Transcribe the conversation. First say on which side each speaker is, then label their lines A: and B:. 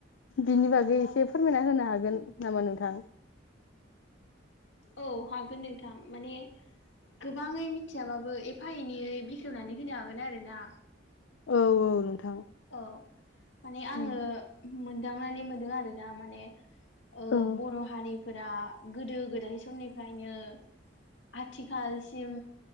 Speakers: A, on the left; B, on the left.
A: बिनि
B: अ
A: बागै एसे फोरमायना होनो हागोन नामा नोंथां?
B: औ हागोन नोंथां माने गोबाङै मिथियाबाबो एफा एनयै बेखेवनानै होनो हागोन आरोना।
A: औ औ। नोंथां
B: औ माने आंङो
A: औ
B: मोनदांनानै मोनदों आरोना माने ओ
A: औ
B: बर' हारिफोरा गोदो गोदाय समनिफ्रायनो आथिखालसिम